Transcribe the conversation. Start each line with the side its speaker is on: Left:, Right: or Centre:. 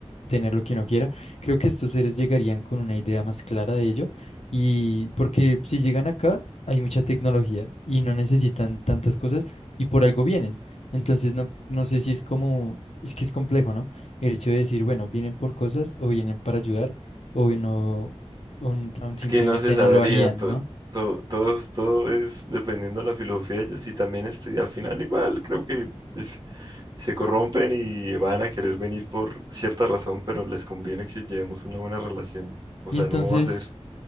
Left: tener lo que uno quiera. Creo que estos seres llegarían con una idea más clara de ello y porque si llegan acá hay mucha tecnología y no necesitan tantas cosas y por algo vienen. Entonces no, no sé si es como, es que es complejo, ¿no? El hecho de decir, bueno, vienen por cosas o vienen para ayudar o no, o n- tan
Right: Es
Left: simplemente
Right: que no se sabría,
Left: no lo harían,
Right: to-
Left: ¿no?
Right: to- todo, todo es dependiendo de la filosofía de ellos y también este, al final igual creo que... es se corrompen y van a querer venir por cierta razón, pero les conviene que llevemos una buena relación. O
Left: Y
Right: sea,
Left: entonces
Right: no va a ser.